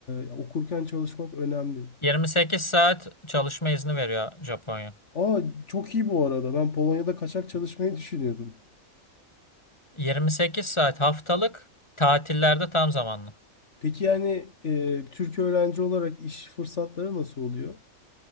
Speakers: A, on the left; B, on the left.
A: e, okurken çalışmak önemli.
B: 28 saat çalışma izni veriyor Japonya.
A: Aa çok iyi bu arada. Ben Polonya'da kaçak çalışmayı düşünüyordum.
B: 28 saat haftalık tatillerde tam zamanlı.
A: Peki yani e, Türk öğrenci olarak iş fırsatları nasıl oluyor?